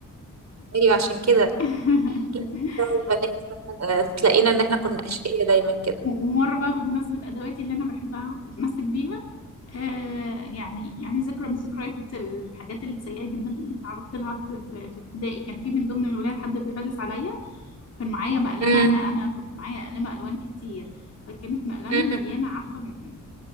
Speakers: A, on the right; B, on the left.
A: ايوه عشان كده
B: <laughs>
A: <laughs> لا، بتاع البنات فإحنا- آه، تلاقينا ان احنا كنا اشقيه دايما كده
B: و- ومرة بقى بمناسبة ادواتي اللي انا بحبها وبتمسك بيها آه يعني يعني ذكرى من ذكريات الحاجات السيئة جدا اللي تعرضت لها في, في, في ابتدائي كان في من ضمن الولاد حد بيغلس عليا وكان معايا مقلمة
A: مم.
B: أنا أنا كنت معايا مقلمة ألوان كتير فكانت مقلمة
A: مم.
B: مليانة عارفة م-